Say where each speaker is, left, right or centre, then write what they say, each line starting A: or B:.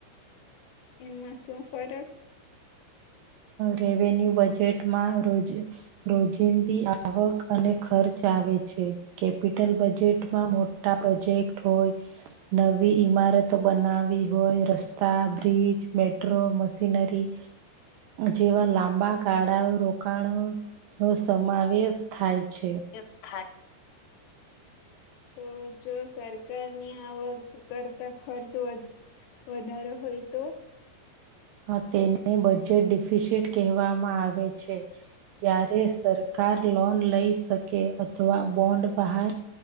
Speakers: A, on the left; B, on the right.
A: એમાં શું ફરક
B: રેવન્યુ બજેટમાં રોજ રોજિંદી આવક અને ખર્ચ આવે આવે છે કેપિટલ બજેટમાં મોટા પ્રોજેક્ટ હોય નવી ઈમારત બનાવી હોય રસ્તા બ્રિજ મેટ્રો મશીનરી જેવા લાંબા ગાળાઓ રોકાણો નો સમાવેશ થાય છે
A: <inaudible> તો જો સરકારની આવક કરતા ખર્ચ વધારો હોય હોઈ તો
B: હ તેને બજેટ ડિફિશિટ કહેવામાં આવે છે ત્યારે સરકાર કાર લોન લઈ શકે અથવા બોન્ડ બહાર